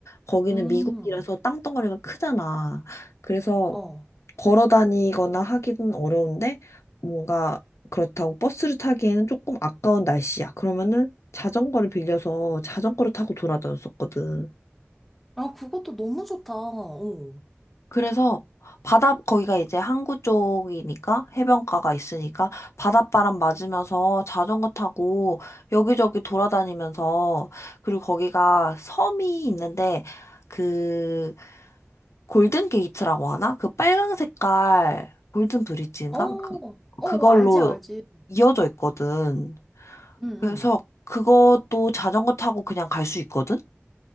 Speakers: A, on the left; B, in the centre.
A: 거기는
B: 음,
A: 미국이라서 땅덩어리가 크잖아. 그래서
B: 어.
A: 걸어 다니거나 하기는 어려운데 뭔가 그렇다고 버스를 타기에는 조금 아까운 날씨야. 그러면은 자전거를 빌려서 자전거를 타고 돌아다녔었거든.
B: 아, 그것도 너무 좋다. 어.
A: 그래서 바다 거기가 이제 항구 쪽이니까 해변가가 있으니까 바닷바람 맞으면서 자전거 타고 여기저기 돌아다니면서 그리고 거기가 섬이 있는데 그 골든 게이트라고 하나? 그 빨강 색깔 골든 브릿지인가?
B: 어, 어,
A: 그
B: 어,
A: 그걸로
B: 알지, 알지.
A: 이어져 있거든.
B: 응,
A: 그래서 그것도 자전거 타고 그냥 갈 수 있거든?